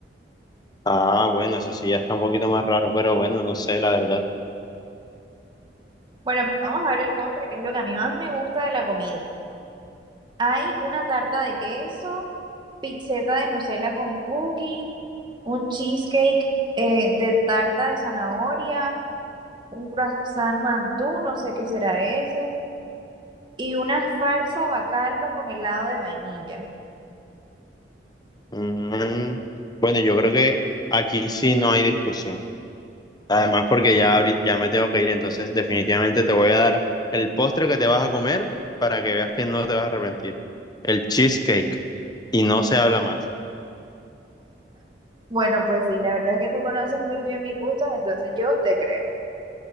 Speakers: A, on the left (about 25°); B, on the right (about 25°).
A: Ah, bueno, eso sí ya está un poquito más raro, pero bueno, no sé, la verdad.
B: Bueno, vamos a ver el postre, que es lo que a mí más me gusta de la comida. Hay una tarta de queso, pizzeta de Nutella con cookie, un cheesecake eh, de tarta de zanahoria, un croissant mantú, no sé qué será ese, y una falsa bacalba con helado de vainilla.
A: Mm, bueno, yo creo que aquí sí no hay discusión. Además, porque ya, ahori- ya me tengo que ir, entonces definitivamente te voy a dar el postre que te vas a comer para que veas que no te vas a arrepentir. El cheesecake. Y no se habla más.
B: Bueno, pues sí, la verdad es que tú conoces muy bien mis gustos, entonces yo te creo.